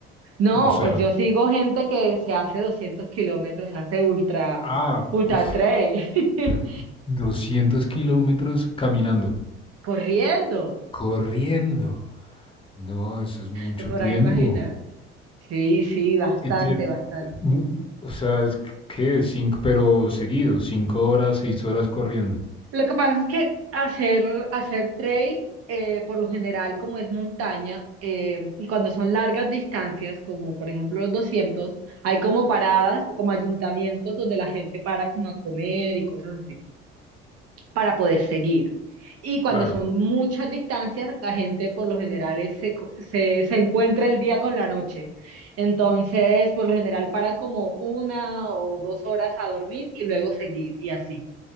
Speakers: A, on the right; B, on the left.
A: No,
B: O sea,
A: pues yo sigo gente que se hace 200 kilómetros, hace ultra,
B: ah,
A: ultra
B: buf,
A: trail, <laughs>
B: pero 200 kilómetros caminando,
A: corriendo,
B: corriendo. No, eso es mucho
A: te podrás
B: tiempo.
A: imaginar. Sí, sí, bastante,
B: Y ti-
A: bastante.
B: mu- O sea, es que cinco, pero seguido, cinco horas, seis horas corriendo.
A: Lo que pasa es que hacer, hacer trail, eh, por lo general, como es montaña, eh, y cuando son largas distancias, como por ejemplo los doscientos hay como paradas o como ayuntamientos donde la gente para como a comer y cosas así para poder seguir. Y cuando
B: Claro.
A: son muchas distancias, la gente por lo general es- se, cu- se, se encuentra el día con la noche. Entonces, por lo general para como una o dos horas a dormir y luego seguir y así.